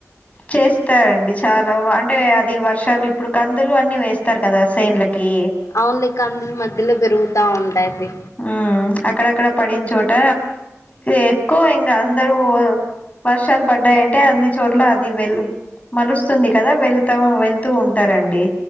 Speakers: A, on the left; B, on the left.
A: చేస్తారండి చాలా అంటే అది వర్షాలు ఇప్పుడు కందులు అన్నీ వేస్తారు కదా సేన్లకి
B: అవునులే కందుల మధ్యలో పెరుగుతా ఉంటాయి అవి
A: ఆ అక్కడక్కడ పడిన చోట ఎక్కువ ఇంగ అందరూ వర్షాలు పడ్డాయంటే అన్ని చోట్ల అది వెళ్ మలుస్తుంది కదా వెళ్తా వెళ్తూ ఉంటారండి